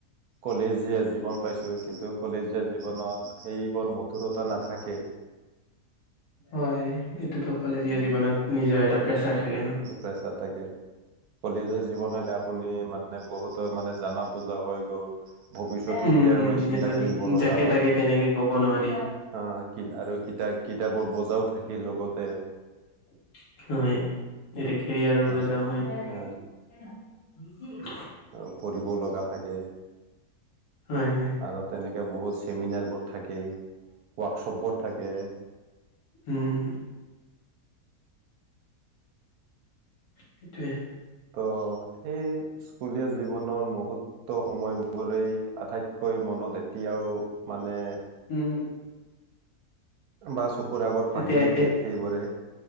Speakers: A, on the right (about 75°); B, on the left (about 70°).
A: কলেজীয়া জীৱন পাইছোঁ কিন্তু কলেজীয়া জীৱনত, সেইবোৰ মধুৰতা নাথাকে।
B: হয়', এইটোত কলেজীয়া জীৱনত নিজৰ এটা প্ৰেচাৰ থাকে ন'।
A: প্ৰেচাৰ থাকে। কলেজীয়া জীৱন হ'লে আপুনি মান মানে বহুতো মানে জানা বোজা হৈ গ'ল, ভৱিষ্যত
B: উম
A: কেৰিয়াৰলৈ
B: উম
A: চিন্তা
B: এইটো
A: কৰিব লগা
B: যাকে
A: হয়।
B: তাকে তেনেকে ক'ব নোৱাৰি।
A: অ', কি আৰু কিতা- কিতাপৰ বুজাওঁ থাকিল লগতে।
B: হয়', এতিয়া কেৰিয়াৰৰ
A: এ
B: বোজা
A: এ
B: হয়'। <inaudible>
A: অ' পঢ়িব লগা থাকে।
B: হয় হয়
A: আৰু তেনেকে বহুত চেমিনাৰবোৰ থাকে, ৱাকশ্বপবোৰ থাকে।
B: হুম',। সেইটোৱে।
A: ত' সেই স্কুলীয়া জীৱনৰ মুহুত ত' সময়বোৰেই আটাইতকৈ মনত এতিয়াও মানে
B: উম',।
A: বা চকুৰ আগত
B: এতিয়া
A: বাহি উঠে
B: এ
A: সেইবোৰে।